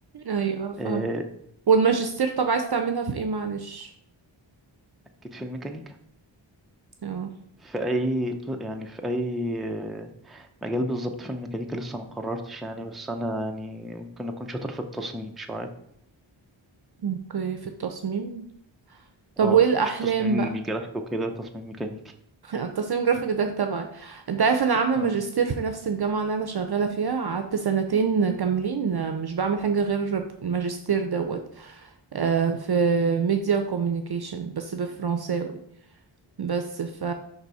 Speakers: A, on the right; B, in the centre.
A: ايوه فاهم
B: آه،
A: والماجستير طب عايز تعملها في ايه معلش
B: أكيد في الميكانيكا
A: اه
B: في أي ط- يعني في أي آه، مجال بالظبط في الميكانيكا لسه ما قررتش يعني بس أنا يعني ممكن أكون شاطر في التصميم شوية
A: اوكي في التصميم طب
B: اه
A: وايه الاحلام
B: مش تصميم
A: بقى
B: مش جرافيك وكده تصميم ميكانيكي
A: <laughs> التصميم جرافيك ده تبعي انت عارف انا عامله
B: اه
A: ماجستير في نفس الجامعه اللي انا شغاله فيها قعدت سنتين كاملين مش بعمل حاجه غير الماجستير دوت آه، في ميديا وكوميونيكيشن بس بالفرنساوي بس ف